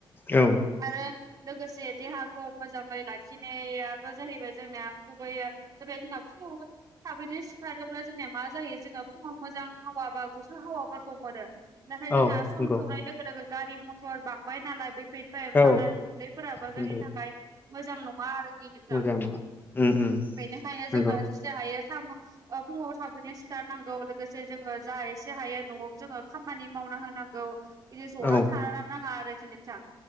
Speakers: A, on the left; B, on the right.
A: औ।
B: आरो लोगोसे देहाखौ मोजांङै लाखिनायाबो जाहैबाय जोंनिया गुबैयै ज बेाय <unintelligible> थाबैनो सिखारोब्ला जोंनिया मा जायो जोंङो फुंङाव मोजां हावा बा गुसु हावाफोरखौ मोनो। नाथाय जोंहा
A: औ
B: सम
A: नंगौ
B: संनाय लोगो लोगो गारि मथर बांबाय नालाय बैफोरनिफ्राय ओंखारनाय
A: औ
B: उ कुन्दैफोराबो
A: नंगौ
B: जोंनि थाखाय मोजां नंङा आरो। <unintelligible>
A: मोजां नङा उम उम
B: बेनिखायनो
A: नंगौ
B: जोंङो जिसे हायो सामस ओ फुंङाव थाबैनो सिखारनांगौ लोगोसे जोंङो जा एसे हायो न'आव जोंङो खामानि मावना होनां गौ बिदि जना
A: औ
B: थानो नांङा आरोखि नोंथां।